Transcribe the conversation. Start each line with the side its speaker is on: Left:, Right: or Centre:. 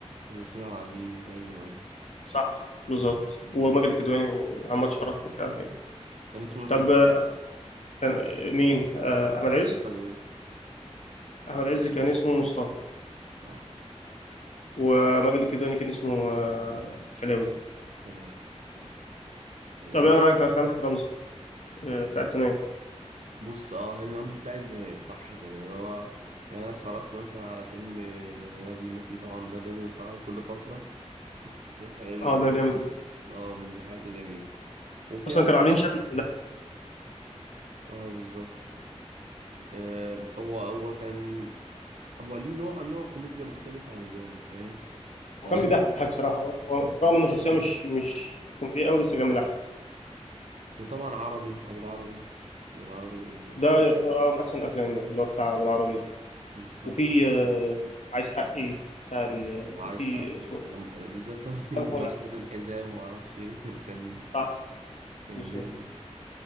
Right: وياسمين عبد العزيز ايوه ايوه
Left: صح بالظبط
Right: كان كان
Left: وماجد الكدواني ومحمد شرف ومش عارف إيه
Right: كان اسمه ايه
Left: طب
Right: في الفيلم
Left: آه، كان مين آه، أحمد عز
Right: احمد عز
Left: أحمد عز كان اسمه مصطفى
Right: صح
Left: وماجد الكدواني كان اسمه آه، كلاوي
Right: كلاوي آه. وما
Left: طب إيه رأيك في أفلام هاني رمزي آه، بتاعت زمان؟
Right: بص اه هاني رمزي بتاعت زمان صح كده اللي هو يعني انا اتفرجت مثلا على فيلم آه، غبي منه فيه طبعا ده لازم اتفرج عليه كل فترة حاجة
Left: أه
Right: جميل
Left: ده جامد جدا
Right: اه من الحاجات الجميلة وفيها
Left: أصلا
Right: فيلم
Left: كانوا عاملين شكله
Right: اه بالظبط آه هو هو كان هو ليه نوع نوع كوميديا مختلف عن الباقي فاهم يعني
Left: هو كان بيضحك
Right: لازم
Left: بصراحة هو هو رغم إنه شخصية
Right: آه.
Left: مش مش كوميدية أوي بس كان بيضحك
Right: وطبعا عربي ابو العربي ابو العربي
Left: ده يعتبر أه من أحسن الأفلام ده اللي هو بتاع أبو العربي ده
Right: بالظبط
Left: وفي آه، عايز حقي بتاع ال...
Right: وعايز
Left: وفي
Right: حق
Left: اسمه إيه؟
Right: لم- بالذات لما <laughs> لما
Left: محمد فؤاد
Right: رفض الحزام وما اعرفش ايه <laughs> كان
Left: صح
Right: كان
Left: بالظبط
Right: جامد